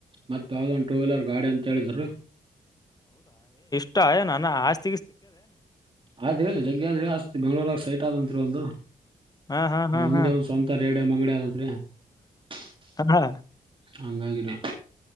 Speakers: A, on the right; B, on the left.
A: ಮತ್, ತ್ ಯಾವ್ದೊಂದ್ ಟೂ, ವೀಲರ್ ಗಾಡಿ ಅಂತ, ಹೇಳಿದ್ರರು! <inaudible>
B: ಊಟ, ಏನು, ಆಸ್ತಿ. <inaudible>
A: ಆದ್ರೆ, ಜಗ್ಗೆ, ಆದ್ರ, ಅಸ್ತಿ, ಬೆಂಗಳೂರಾಗ, ಸೈಟ್ ಆದಂತರಿ, ಒಂದು. <inaudible>
B: ಹಾ ಹಾ ಹಾ
A: ಒಂದೇ,
B: ಹಾ
A: ಒಂದ್, ಸ್ವಂತ, ರೇಡಿಯಂ, ಅಂಗಡಿ, ಆದಂತ್ರಿ! <inaudible>
B: ಹಾ
A: ಹಂಗಾಗಿನೆ! <inaudible>